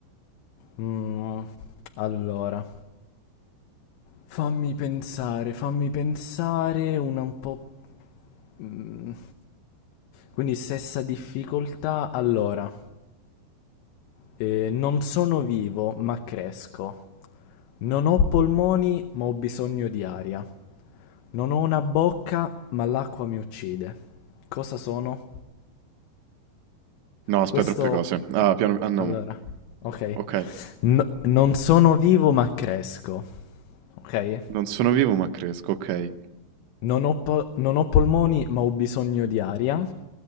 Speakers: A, on the left (about 80°); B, on the right (about 80°).
A: Mm, allora, fammi pensare, fammi pensare una un po'... mm, Quindi stessa difficoltà. Allora, Eh, non sono vivo, ma cresco. Non ho polmoni, ma ho bisogno di aria. Non ho una bocca, ma l'acqua mi uccide. Cosa sono?
B: No, aspetta,
A: Questo...
B: troppe cose. Ah, piano... Ah, no.
A: Allora, ok.
B: Ok.
A: N- non sono vivo, ma cresco. Ok?
B: Non sono vivo ma cresco, ok.
A: Non ho, po- non ho polmoni, ma ho bisogno di aria.